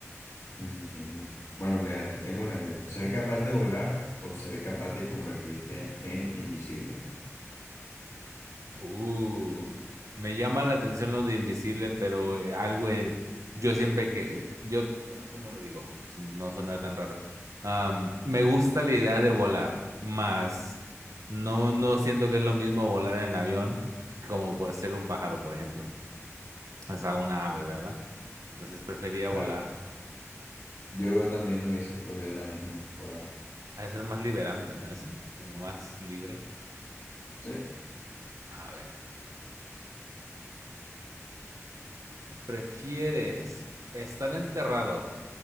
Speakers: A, on the left; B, on the right.
A: Entiendo. Bueno, mira, te tengo una yo. ¿Ser capaz de volar o ser capaz de convertirte en invisible?
B: Uh, me llama la atención lo de invisible, pero eh, algo en- yo siempre que, yo, ah, ¿cómo lo digo? Sin No sonar tan raro. Am, me gusta la idea de volar, más no, no siento que es lo mismo volar en avión como por ser un pájaro, por ejemplo. O sea, una ave, ¿verdad? Entonces prefería
A: Claro,
B: volar.
A: yo también hubiese escogido la misma, volar.
B: Ha de ser más liberante, ¿no? Eso, como más libre.
A: Sí.
B: A ver, ¿prefieres estar enterrado,